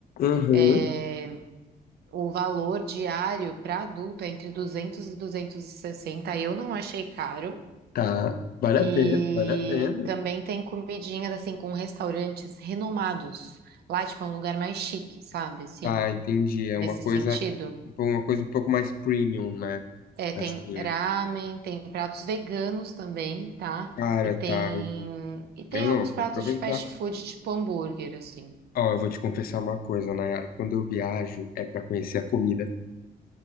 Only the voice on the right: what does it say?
É, o valor diário para adulto é entre 200 e duzentos e sessenta eu não achei caro.
E
também tem comidinhas, assim, com restaurantes renomados. Lá, tipo, é um lugar mais chique, sabe, assim,
nesse
sentido.
É, tem
ramen, tem pratos veganos também, tá?
E tem
e tem
alguns
pratos
de fast food, tipo hambúrguer, assim.